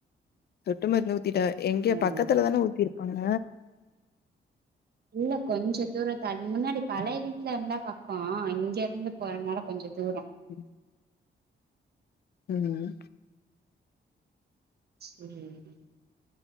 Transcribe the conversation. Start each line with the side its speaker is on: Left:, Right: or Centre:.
Left: சொட்டு மருந்து ஊத்திட்ட எங்க
Right: வேற
Left: பக்கத்துலதான ஊத்திருப்பாங்க
Right: இல்ல கொஞ்ச தூரோ தள் முன்னாடி பழைய வீட்ல இருந்தா பக்கோ இங்க இருந்து போறனால கொஞ்ச தூரோ
Left: ம் ம்
Right: சேரிங்க